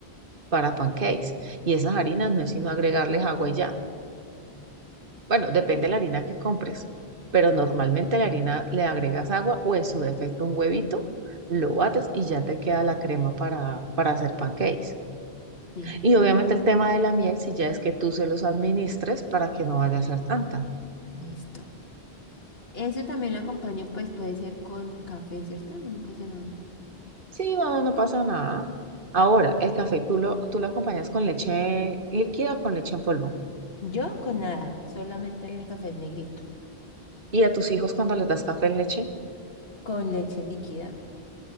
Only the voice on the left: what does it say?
Sí,
listo. Eso también lo acompaño, pues puede ser con café, ¿cierto? No me pasa nada.
Yo con nada, solamente el café negrito,
con leche líquida.